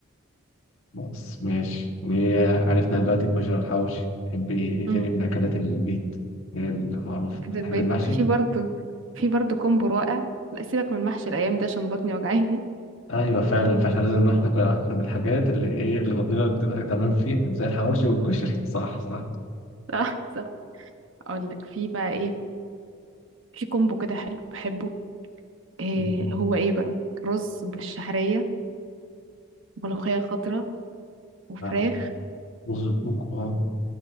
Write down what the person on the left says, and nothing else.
بس ماشي إيه، عرفنا دلوقتي الكشري والحواوشي تحبي ايه
تاني من اكلات البيت ايه المعروف
بتحبي
المحشي
ايوه فعلا فاحنا لازم إن احنا ناكل <laughs> من الحاجات اللي ايه اللي بطننا بتبقى تمام فيها زي الحواوشي والكشري <laughs> صح صح
مم.
آه، رز وكوكو اه